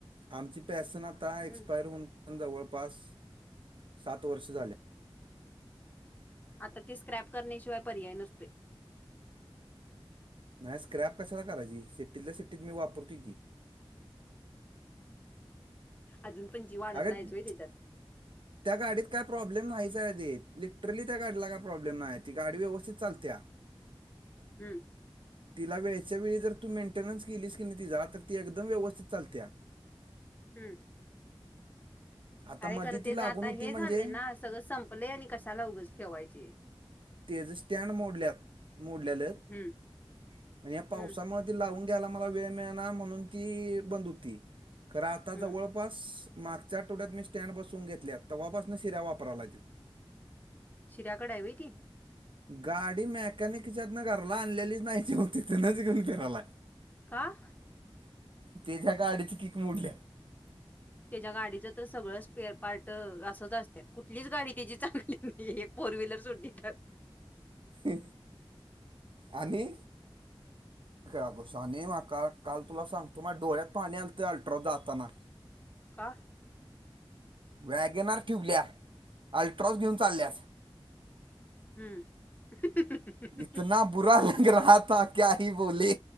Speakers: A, on the right; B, on the left.
A: आमची पेसं ना आता एक्सपायर
B: हम्म
A: होऊन ण जवळपास सात वर्ष झाल्या
B: आता ती स्क्रॅप करण्याशिवाय पर्याय नसतो
A: नाही स्क्रॅप कशाला करायची, सिट्टीतल्या सिट्टीत मी वापरतोय की.
B: अजून पण जी आडक
A: अगं
B: लायच होय त्याच्यात.
A: त्या गाडीत काय प्रॉब्लेम नाहीच आहे ते,, लिटरली त्या गाडीला काय प्रॉब्लेम नाहीय,, ती गाडी व्यवस्थित चालत्या.
B: हम्म,
A: तिला वेळच्या वेळी जर तू मेंटेन्स केलीस की नाही तिचा,, तर ती एकदम व्यवस्थित चालत्या.
B: हम्म
A: आता
B: अरे
A: मधी
B: खरं
A: ती
B: ते जा
A: लागून होती
B: हे
A: म्हणजे
B: झालेय ना सगळं संपलेय आणि कशाला उग ठेवायची
A: तेज स्टँड मोडल्या मोडलेले आहेत
B: हम्म
A: आणि या पावसामध्ये
B: हम्म
A: लावून घ्यायला मला वेळ मिळ म्हणून त बंद होती खर आ जवळ
B: हम्म
A: जपास मागच्या टोळ्यात मी स्टँड बसून घेतल्या तेव्हापास न शिऱ्या वापरावला ला देवऊ
B: शिराकड आहेवती
A: गाडी मेकॅनिकच्यात ना घराला आणलेलीच नाही तेेव तिथेच घेऊन फिरायला
B: काहा
A: तेच्या्या गाडीची कीक मोडल्या
B: त्याच्या गाडीचं तर सगळं स्पेअर पार्ट असंच असत कुठलीच गाडी त्याची चांगली एक फोर व्हीलर जोडली तर
A: ह आणि अगं साने का -काल तुला सांग तो माझ्या डोळ्यात पाणी आलतं अल्ट्रा जाताना.
B: का?
A: वॅगनर ठिवल्या, अल्ट्रॉस घेऊन चालल्यास.
B: हम अह ह ह ह
A: इतना बुरा लग रहा, था क्या ही बोले.